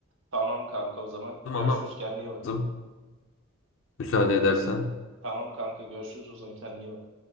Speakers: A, on the right; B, on the left.
A: tamam kanka o zaman
B: ama
A: görüşürüz kendine iyi bak.
B: lazım. Müsaade edersen.
A: Tamam kanka görüşürüz o zaman kendine iyi bak.